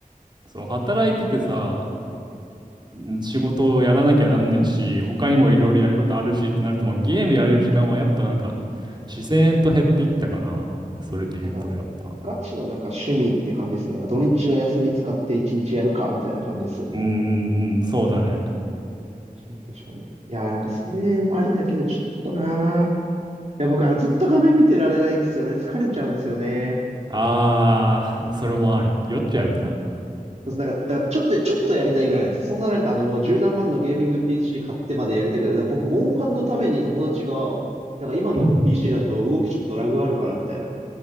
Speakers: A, on the right; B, on the right.
A: そう、働いててさ、ん仕事をやらなきゃなんないし、他にもいろいろやることあるしってなると、もうゲームやれる時間はやっぱなんか、自然と減っていったかな。それで言うと、
B: なんか、
A: やっぱ。
B: ガチのなんか趣味って感じですね。なんか土日の休み使って一日やるか、みたいな感じですよね。
A: うーん、そうだね。
B: 確かに確かに。いやーなんかそれもありだけど、ちょっとなー。いや、僕はずっと画面見てられないんですよね。疲れちゃうんですよね。
A: ああ、もうそれもある。酔っちゃうんだ。
B: そうなんか、だからちょっと、ちょっとやりたいぐらいなんですよ。そんななんかあのもう十何万のゲーミング PC 買ってまでやりたくない。だから僕、モンハンのために友達が、なんか今の
A: うん
B: PC だと動きちょっとラグあるからみたいな。